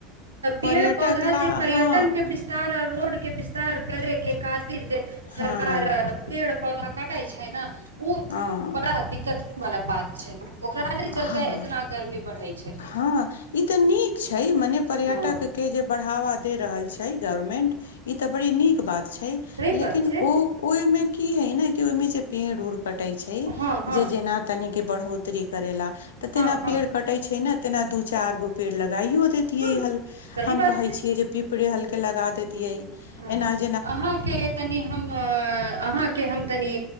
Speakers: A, on the right; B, on the left.
A: पेड़
B: पर्यटक
A: पौधा
B: ला
A: जे पर्यटन
B: हँ
A: के विस तारा रोड के विस्तार करे के खातिर सरकार
B: हँ
A: पेड़ पौधा काट कटै छै ने ओ
B: हँ
A: बड़ा दिक्कत वाला बात छै ओकरा ये
B: हँ
A: चलते इतना गर्मी बढ़ैत छै
B: हँ ई तऽ नीक छै मने पर्यटक
A: हँ
B: के जे बढ़ावा दे रहल छै गवर्मेंट ई तऽ बड़ी नीक बात छै
A: सही
B: लेकिन
A: बात छै
B: ओ ओहि मे की है न कि ओहिमे जे पेड़ उड़ कटे छै
A: हँ हँ
B: जे जेना तन के बढ़ोतरी करेेला तऽ तेना
A: हँ हँ
B: पेड़ कटे छै ने तेना दू चार गो पेड़ लगाइयो दे तिय
A: हँ
B: हल
A: सही
B: हम
A: बात
B: कहे
A: छै
B: छियै जे पीपरे हल के लगा देतियै
A: हँ
B: एनाज
A: अहाँके तनि हम अहाँके हम तनि